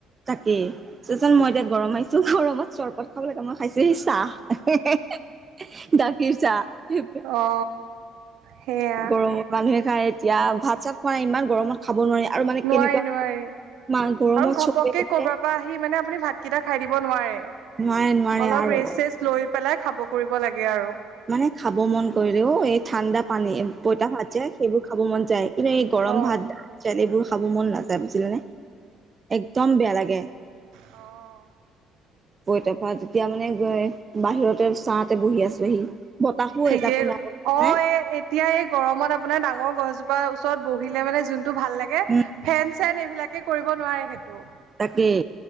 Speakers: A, on the right (about 35°); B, on the right (about 75°).
A: তাকেই চাচোন মই এতিয়া গৰমত আহিছো গৰমত চৰবত খাব লাগে মই খাইছোহি চাহ। গাখীৰ চাহ। <unintelligible>
B: অ সেয়া
A: গৰমত মানুহে খাই এতিয়া ভাত চাত খোৱা নাই ইমান গৰমত খাব নোৱাৰি। আৰু মানে কেনেকুৱা
B: নোৱাৰে নোৱাৰি।
A: মা গৰমত
B: আৰু ঘপককে
A: চবে যে
B: কৰবাৰ পৰা আহি মানে আপুনি ভাতকেইটা খায় দিব নোৱাৰে।
A: নোৱাৰে নোৱাৰে
B: অলপ
A: আৰু
B: ৰেষ্ট চেচ লৈ পেলাই খাব কৰিব লাগে আৰু।
A: মানে খাব মন কৰিলেও এই ঠাণ্ডা পানী পইতা ভাত যে সেইবোৰ খাব মন যায়। কিন্তু এই গৰম
B: অ
A: ভাত <unintelligible> এইবোৰ- খাব মন নাযায় বুজিলা নে। একদম বেয়া লাগে।
B: অঁ।
A: পঁইতা ভাত এতিয়া মানে গৈ বাহিৰতে ছাহতে বহি আছোহি। বতাহো
B: ঠিকেই
A: এজাকো নাই
B: অঁ
A: নাই
B: এই এতিয়া এই গৰমত আ- আপোনাৰ ডাঙৰ গছজোপাৰ ওচৰত বহিলে মানে যোনটো ভাল লাগে
A: উম
B: ফেন- চেন এইবিলাকে কৰিব নোৱাৰে সেইটো।
A: তাকেই